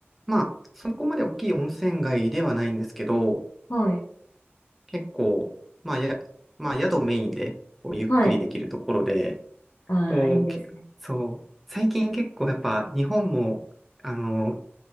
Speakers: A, in the centre; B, on the left (about 75°).
A: まあ、そこまで大きい温泉街ではないんですけど、
B: はい、
A: 結構、まあ、や、まあ、宿メインで、こう、ゆっくりできるところで、
B: はい。ああ、
A: こう、
B: いいですね。
A: け、そう、最近結構やっぱ、日本も、あの、